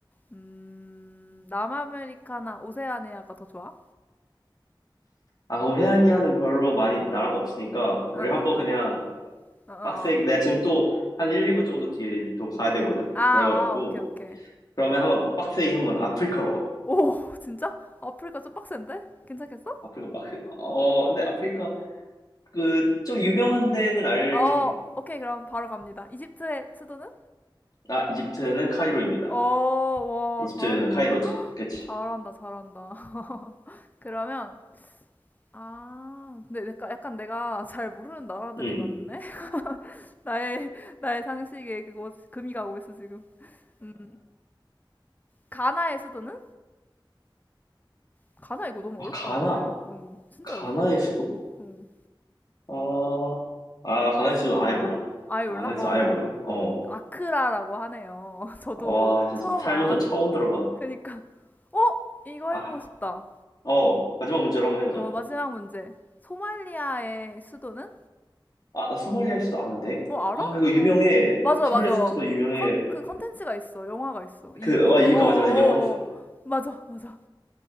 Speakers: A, on the left; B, on the left.
A: 음, 남아메리카나 오세아니아가 더 좋아?
B: 아, 오세아니아는 별로 많이 나라가 없으니까. 우리
A: 어, 어,
B: 한번 그냥
A: 어, 어, 어.
B: 빡세게.
A: 어.
B: 내가 지금 또 한 1, 2분 정도 뒤에 또 가야 되거든?
A: 아,
B: 그래가지고.
A: 아, 오케이, 오케이.
B: 그러면 한번 빡세게 한번 아프리카로. 가.
A: 오, <laughs> 진짜? 아프리카 좀 빡센데? 괜찮겠어?
B: 아프리카 빡세. 어, 어, 근데 아프리카 그 좀 유명한 데는 알긴
A: 어,
B: 해.
A: 오케이, 그럼 바로 갑니다. 이집트의 수도는?
B: 아, 이집트는 카이로입니다.
A: 어, 와,
B: 이집트는
A: 잘한,
B: 카이로지. 그치?
A: 잘한다, 잘한다. <laughs> 그러면, 아, 근데 내가, 약간 내가 잘 모르는 나라들이
B: 응.
A: 많네? <laughs> 나의, 나의 상식에 그거 금이 가고 있어, 지금. 음, 가나의 수도는? 가나 이거 너무
B: 아,
A: 어렵다,
B: 가나.
A: 근데. 어, 진짜
B: 가나의
A: 어렵다.
B: 수도?
A: 어.
B: 아, 아, 가나의 수도 아예 몰라.
A: 아이
B: 가나의
A: 몰라? 어,
B: 수도 아예 모르네. 어.
A: 아크라라고 하네요. <laughs> 저도
B: 와, 진짜
A: 처음
B: 살면서
A: 알았어.
B: 처음 들어봐.
A: 그니까, 어? 이거
B: 아,
A: 해보고 싶다.
B: 어, 마지막 문제로 한번 해보자.
A: 어, 마지막 문제. 소말리아의 수도는?
B: 아, 나 소말리아 수도 아는데.
A: 어, 알아?
B: 아, 이거 유명해.
A: 어. 맞아,
B: 소말리아
A: 맞아.
B: 수도가 유명해.
A: 컨, 그 컨텐츠가 있어. 영화가 있어. 이,
B: 그, 아, 이거
A: 어, 어, 어.
B: 맞아, 맞아. 영화 있어.
A: 어. 맞아, 맞아.